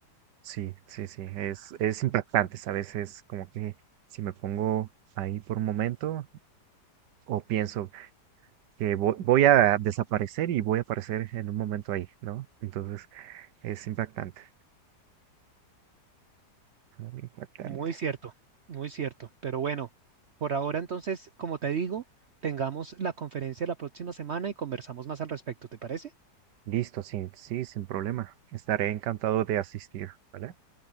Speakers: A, on the right (about 80°); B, on the right (about 55°).
A: sí, sí, sí, es, es impactante, ¿sabes? Es como que si me pongo ahí por un momento o pienso que vo- voy a desaparecer y voy a aparecer en un momento ahí, ¿no? Entonces es impactante, muy impactante.
B: Muy cierto, muy cierto. Pero bueno, por ahora entonces, como te digo, tengamos la conferencia la próxima semana y conversamos más al respecto, ¿te parece?
A: Listo, sí, sí, sin problema. Estaré encantado de asistir, ¿vale?